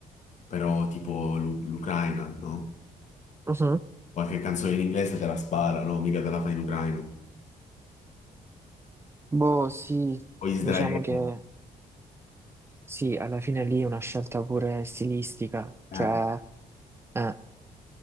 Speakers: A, on the left; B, on the right.
A: però tipo l'U- l'Ucraina, no?
B: mhm.
A: Qualche canzone in inglese te la spara, no? Mica te la fa in ucraino.
B: Boh, sì,
A: O Israele.
B: diciamo che sì, alla fine lì è una scelta pure stilistica, cioè...
A: Eh,
B: eh.